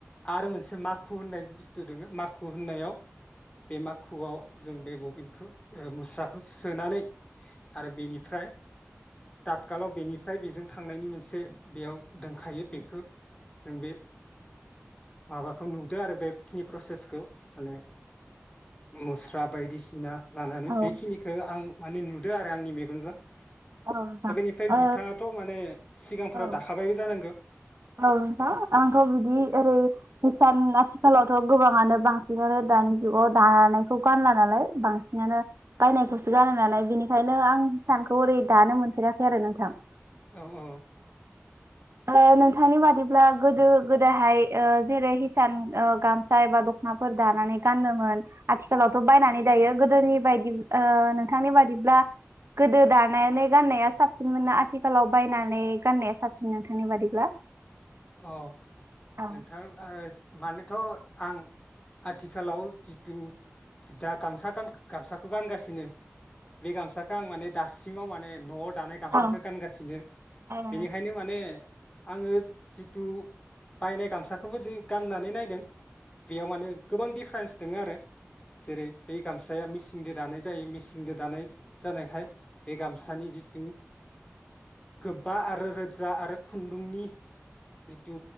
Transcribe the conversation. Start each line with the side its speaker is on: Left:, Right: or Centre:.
Left: आरो मोनसे माखु होननाय बुस्थु दङो मा खु होननायाव बेे मा खुआव जों बे बबिनखौ मुस्राखौ सोनानै आरो बेनिफ्राय तातगालाव बेनिफ्राय बेजों थांनायनि मोनसे बेयाव दोनखायो बेखौ जों बे माबाखौ नुदों आरो बेखिनि प्रसेसखौ। माने मुस्रा बायदिसिना लानानै
Right: औ ओ
Left: बेखिनिखौ
Right: औ
Left: आं माने नुदो आरो आंनि मेगनजों। दा
Right: औ नोंथां
Left: बेनिफ्राय
Right: ओ
Left: बिथाङाथ माने सिगांफोराव
Right: औ
Left: दाखाबायबो जानांगौ?
Right: औ नोंथां। आंथ बिदि ओरै हिसान आथिखालावथ गोबाङानो बांसिनानो दानि जुगाव दानायखौ गानला नालाय। बांसिनानो बायनायखौसो गानो नालाय बेनिखायनो आं हिसानखौ ओरै दानो मोनफेराखै आरो नोंथां।
Left: औ औ।
Right: ओ नों थांनि बादिब्ला गोदो गोदाहाय ओ जेरै हिसान ओ गामसा एबा दखनाफोर दानानै गानोमोन। आथिखालावथ बायनानै दायो गोदोनि बायदि ओ नोंथांनि बादिब्ला गोदो दानानै गाननाया साबसिनमोन ना आथिखालाव बायनानै गाननाया साबसिन नोंथांनि बादिब्ला?
Left: औ,
Right: औ
Left: नोंथां ओ मानोथ आं आथिखालाव जिथु दा गामसा गान गामसा खौ गानगासिनो। बे गामसाखौ आं माने दासिमाव माने नवाव दानाय गामसाखौ
Right: औ
Left: गानगासिनो।
Right: औ
Left: बेनिखायनो माने आङो जिथु बायनाय गामसाखौबो जो गाननानै नायदों। बेयाव माने गोबां दि फारेन्स दङ आरो। जेरै बे गामसाया मिसे नजों दानाय जायो‌ मेसिंजों दानाय जानायखाय बे गामसानि जिथु गोबा आरो रोजा आरो खुन्दुंनि जिथु